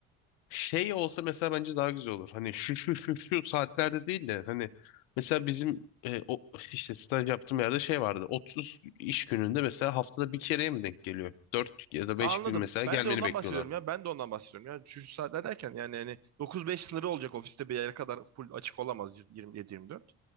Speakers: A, on the left; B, on the right.
A: şey olsa mesela bence daha güzel olur. Hani şu şu şu şu saatlerde değil de hani mesela bizim e, o işte staj yaptığım yerde şey vardı. 30 iş gününde mesela haftada bir kereye mi denk geliyor? 4 ya da
B: Anladım.
A: 5 gün mesela gelmeni
B: Ben de ondan
A: bekliyorlardı.
B: bahsediyorum ya. Ben de ondan bahsediyorum ya. Şu şu saatler derken yani hani 9-5 sınırı olacak ofiste bir yere kadar full açık olamaz 27-24.